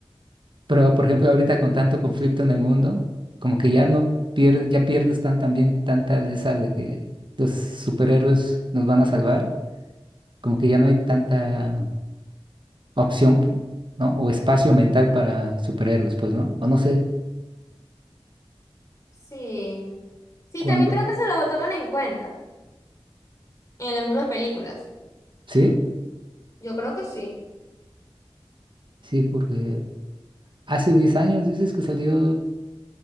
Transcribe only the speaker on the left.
Sí. Sí,
también creo que se lo toman en cuenta en las mismas películas.
Yo creo que sí.